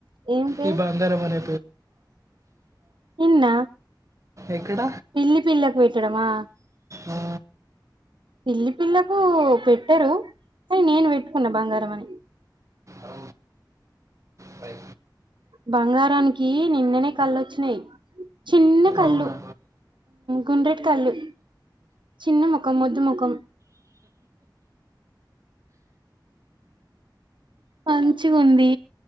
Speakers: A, on the right; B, on the right.
A: ఏం పేరు
B: ఈ బంగారమనే
A: ఇన్న
B: ఎక్కడ
A: పిల్లి పిల్లకు పెట్టడమా
B: ఆ,
A: పిల్లి పిల్లకు పెట్టరు కానీ నేను పెట్టుకున్న బంగారం అని
B: అ ఫై
A: బంగారానికి నిన్ననే కల్లోచ్చినాయి చిన్న కళ్ళు
B: అవునా
A: గుండ్రెటి కళ్ళు చిన్న ముఖం మొద్దు ముఖం పంచిగుంది